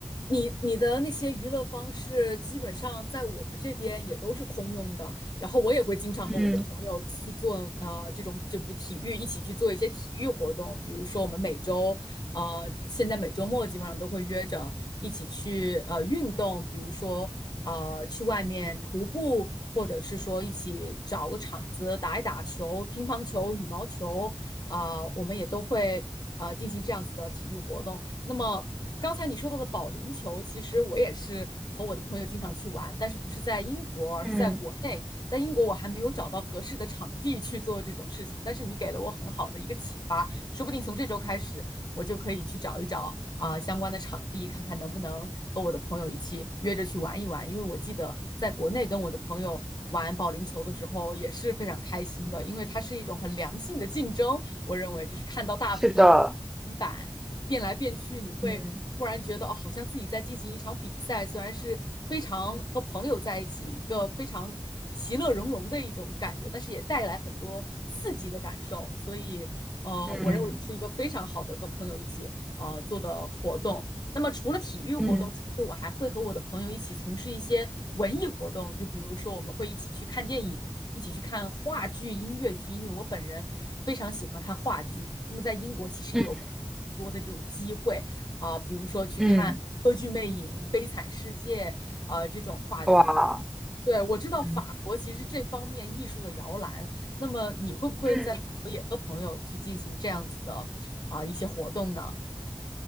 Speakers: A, on the left; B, in the centre.
A: 你你的那些娱乐方式，基本上在我们这边也都是通用的。然后我也会经常和我的朋友去做呃这种就比如体育，
B: 嗯
A: 一起去做一些体育活动。比如说我们每周呃现在每周末基本上都会约着一起去呃运动，比如说呃去外面徒步，或者是说一起找个场子打一打球，乒乓球、羽毛球啊、我们也都会呃进行这样子的体育活动。那么刚才你说到的保龄球，其实我也是和我的朋友经常去玩，但是不是在英国，而是在国内。
B: 嗯
A: 在英国，我还没有找到合适的场地去做这种事情，但是你给了我很好的一个启发，说不定从这周开始，我就可以去找一找啊、呃相关的场地，看看能不能和我的朋友一起约着去玩一玩。因为我记得在国内跟我的朋友玩保龄球的时候也是非常开心的，因为它是一种很良性的竞争，我认为就是看到大平
B: 是的，
A: 板，变来变去，你会突然觉得哦，
B: 嗯
A: 好像自己在进行一场比赛，虽然是非常和朋友在一起，一个非常其乐融融的一种感觉，但是也带来很多刺激的感受。所以，呃，
B: 嗯
A: 我认为这是一个非常好的和朋友一起呃做的活动。那么除了体育活动，
B: 嗯
A: 其实我还会和我的朋友一起从事一些文艺活动，就比如说我们会一起去看电影。一起去看话剧、音乐剧，因为我本人非常喜欢看话剧。那么在英国其实也有非常多的这种机会啊、
B: 嗯
A: 比如说去看《歌剧魅影》《悲惨世界》啊这种话剧。
B: 嗯哇。
A: 对，我知道法国其实这方面艺术的摇篮。
B: 嗯
A: 那么你会不会在法国也和朋友去进行这样子的啊、
B: 嗯。
A: 一些活动呢？